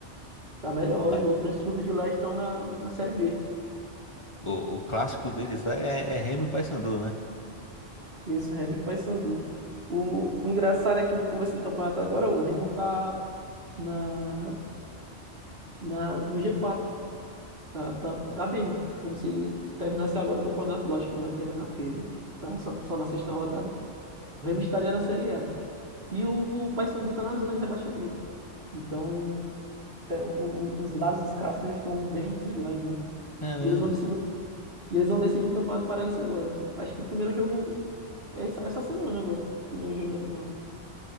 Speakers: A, on the right (about 55°); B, on the left (about 25°).
A: Tá melhor,
B: lá.
A: os dois grandes clubes de lá estão na, na Série B.
B: O, o clássico deles lá é, é Remo e Paysandu, né?
A: Isso, Remo e Paysandu. O, o engraçado é que no começo do campeonato agora, o Remo tá na, na, no G4. Tá, tá, tá bem. Como se terminasse agora o campeonato, lógico que não vai terminar, porque tá na- só, só na sexta rodada. O Remo estaria na Série A. E o, o Paysandu tá na zona de rebaixamento. Então, tem- o- o- os lados dos cascos estão bem desiguais, né?
B: Caramba.
A: E eles vão decidir E eles vão decidir o Campeonato Paraense agora. Acho que o primeiro jogo é essa, essa semana agora. Primeiro jogo da final.